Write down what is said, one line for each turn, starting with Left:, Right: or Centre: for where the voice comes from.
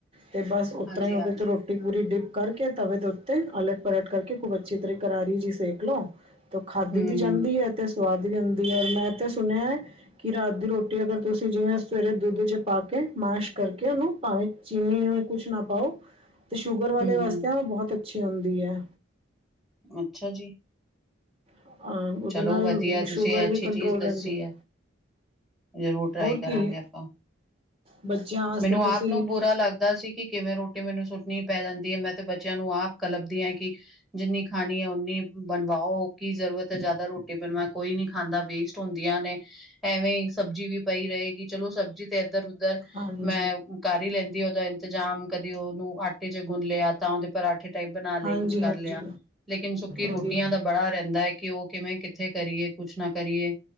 Right: ਤੇ ਬਸ ਓਅ
Centre: ਹਾਂਜੀ-ਹਾਂਜੀ,
Right: ਤਰ੍ਹਾਂ ਈ ਓਦੇ ਤੋਂ ਰੋਟੀ ਪੂਰੀ ਡਿਪ ਕਰਕੇ, ਤਵੇ ਦੇ ਉੱਤੇ ਅਲਟ ਪਲਟ ਕਰਕੇ ਖੂਬ ਅੱਛੀ ਤਰ੍ਹਾਂ ਕਰਾਰੀ ਜੀ ਸੇਕ ਲੋੋ। ਤੋ ਖਾਦੀ
Centre: ਹੂੰ-ਹੂੰ,
Right: ਵੀ ਜਾਂਦੀ ਐ ਤੇ ਸਵਾਦ ਵੀ ਉਂਦੀ ਐ ਔਰ ਮੈਂ ਤੇ ਸੁਣਿਐ ਕੀ ਰਾਤ ਦੀ ਰੋਟੀ ਅਗਰ ਤੁਸੀਂ ਜਿਵੇਂ ਸਵੇਰੇ ਦੁੱਧ 'ਚ ਪਾ ਕੇ ਮੈਂਸ਼ ਕਰਕੇ ਓਨੂੰ ਭਾਵੇਂ ਚੀਨੀ ਵੀ ਕੁਛ ਨਾ ਪਾਓ। ਤੇ ਸ਼ੂਗਰ ਵਾਲੇ
Centre: ਹੂੰ-ਹੂੰ,
Right: ਵਾਸਤੇ ਓ ਬਹੁਤ ਅੱਛੀ ਹੁੰਦੀ ਐ।
Centre: ਅੱਛਾ ਜੀ।
Right: ਅ ਉਹਦੇ
Centre: ਚੱਲੋ
Right: ਨਾਲ
Centre: ਵਧੀਆ
Right: ਸ਼ੂਗਰ
Centre: ਤੁਸੀਂ ਐ ਅੱਛੀ
Right: ਵੀ ਕੰਟਰੋਲ
Centre: ਚੀਜ਼ ਦੱਸੀ
Right: ਰਹਿੰਦੀ ਹੈ।
Centre: ਐ। ਜ਼ਰੂਰ ਟਰਾਈ
Right: ਹੋਰ
Centre: ਕਰਾਂਗੇ
Right: ਕੀ
Centre: ਆਪਾਂ।
Right: ਬੱਚਿਆਂ ਵਾਸਤੇ
Centre: ਮੈਨੂੰ
Right: ਤੁਸੀਂ
Centre: ਆਪ ਨੂੰ ਬੁਰਾ ਲੱਗਦਾ ਸੀ ਕਿ ਕਿਵੇਂ ਰੋਟ ਕਿ ਮੈਨੂੰ ਸੁੱਟਣੀ ਪੈ ਜਾਂਦੀ ਐ ਮੈਂ ਤੇ ਬੱਚਿਆਂ ਨੂੰ ਆਪ ਕਲੱਬਦੀ ਆ ਕੀ ਜਿੰਨੀ ਖਾਣੀ ਐ ਓਨੀ ਬਣਵਾਓ ਕੀ ਜ਼ਰੂਰਤ ਤੇ ਜ਼ਿਆਦਾ ਰੋਟੀ ਬਣਵਾ ਕੋਈ ਨੀ ਖਾਂਦਾ ਵੇਸਟ ਹੁੰਦੀਆਂ ਨੇ। ਐਵੇਂ ਈ ਸਬਜ਼ੀ ਵੀ ਪਈ ਰਹੇਗੀ, ਚਲੋ ਸਬਜ਼ੀ ਤੇ ਏਧਰ-ਉਧਰ
Right: ਹਾਂਜੀ
Centre: ਮੈਂ ਕਰ ਈ ਲੈਂਦੀ ਉਹਦਾ ਇੰਤਜ਼ਾਮ ਕਦੀ ਉਹਨੂੰ ਆਟੇ ਚ ਗੁੰਨ ਲਿਆ ਤਾਂ ਉਹਦੇ ਪਰਾਂਠੇ ਟਾਈਪ ਬਣਾ ਲਏ
Right: ਹਾਂਜੀ
Centre: ਕੁਛ ਕਰ
Right: ਹਾਂਜੀ
Centre: ਲਿਆ। ਲੇਕਿਨ ਸੁੱਕੀ ਰੋਟੀਆਂ
Right: ਉਹੀ
Centre: ਦਾ ਬੜਾ ਰਹਿੰਦਾ ਏ ਕਿਓ, ਕਿਵੇਂ, ਕਿੱਥੇ ਕਰੀਏ, ਕੁਛ ਨਾ ਕਰੀਏ,